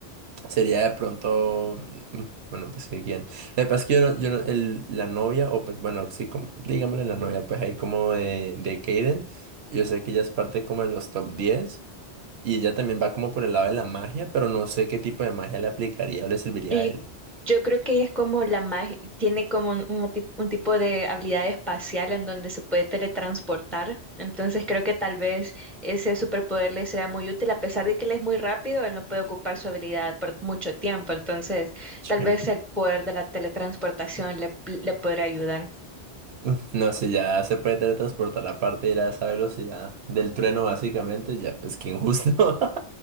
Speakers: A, on the right (about 70°); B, in the centre.
A: Sería de pronto, mm, bueno, pues que quién. Lo que pasa es que yo, no- yo no- el, la novia, o pues bueno, sí, como, digámosle la novia, pues ahí como de, de Kaden, yo sé que ella es parte como de los top 10 y ella también va como por el lado de la magia, pero no sé qué tipo de magia le aplicaría o le serviría
B: Pero
A: a él.
B: Yo, yo creo que es como la magia, tiene como un, un ti- un tipo de habilidad espacial en donde se puede teletransportar. Entonces creo que tal vez ese superpoder le sea muy útil, a pesar de que él es muy rápido, él no puede ocupar su habilidad por mucho tiempo. Entonces
A: Sí.
B: tal vez el poder de la teletransportación le, le podría ayudar.
A: Uf, No, si ya se puede teletransportar aparte de ir a esa velocidad del trueno, básicamente, ya, pues qué injusto. <laughs>